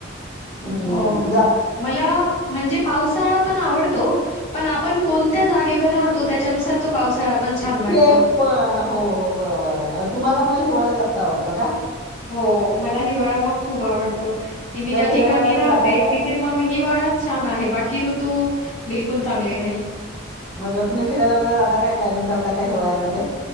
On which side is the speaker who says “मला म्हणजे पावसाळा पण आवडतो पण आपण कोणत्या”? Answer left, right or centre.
Left